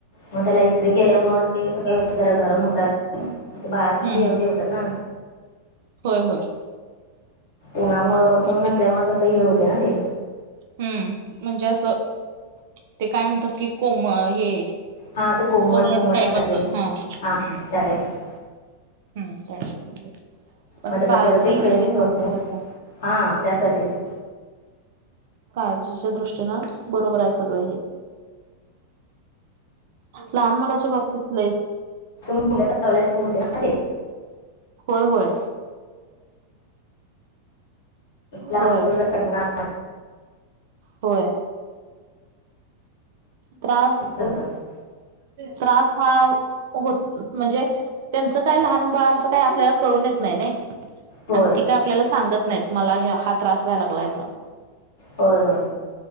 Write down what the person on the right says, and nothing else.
हम्म
होय होय.
म्हणजे
हम्म म्हणजे असं ते काय म्हणतात की कोम अ हे
कोमट टाईप
असं
हा हम्म
हम्म त्यातच <unintelligible> पण
काळजी
ही
लय
महत्वाची असत्या.
काळजीच्या दृष्टीनं बरोबर हाय सगळ हे. लहान मुलाच्या बाबतीत लय
होय-होय,
होय
होय, त्रास
त्रास हा होत म्हणजे त्यांचं काय लहान बाळांचं काय आपल्याला कळून येत नाही नई.
आणि ती काय आपल्याला सांगत नाहीत मला हा त्रास व्हाय लागलाय म्हणून.